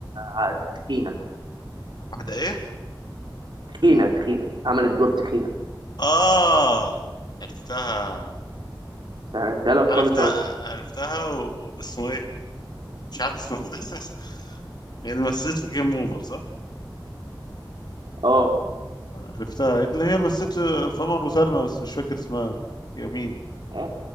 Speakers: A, on the right; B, on the left.
A: ع- تخينة
B: واحدة ايه
A: تخينة تخينة عملت دور تخينة
B: اه عرفتها
A: سهلتها لك
B: عرفتها
A: خالص اهو
B: عرفتها واسمه ايه مش عارف اسمه <laughs> هي اللي مثلت في جيم اوفر صح
A: اه
B: عرفتها اللي هي اللي مثلت في في عمر وسلمى بس مش فاكر اسمها هي مين
A: اه